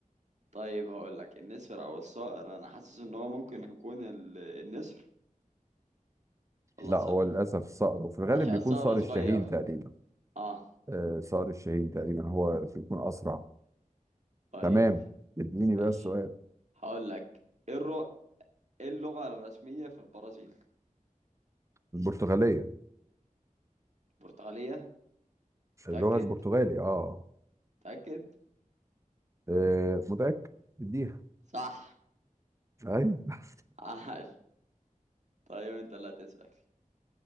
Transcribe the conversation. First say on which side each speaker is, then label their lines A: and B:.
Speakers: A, on the right (about 55°); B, on the right (about 20°).
A: طيب هقول لك النسر او الصقر انا حاسس ان هو ممكن يكون ال... النسر ولا
B: لا
A: الصقر
B: هو للاسف الصقر وفي الغالب
A: عشان
B: بيكون
A: الصقر
B: صقر
A: صغير
B: الشاهين تقريبا
A: اه
B: آه صقر الشاهين تقريبا هو بيكون اسرع
A: طيب
B: تمام اديني
A: ماشي
B: بقى السؤال
A: هقول لك ايه الر- إيه اللغة الرسمية في البرازيل
B: البرتغاليه
A: البرتغالية
B: اللغه
A: تأكد
B: البرتغالي اه,
A: تأكد
B: آه متاكد اديها
A: صح
B: ايوه
A: عاش طيب انت اللي هتسأل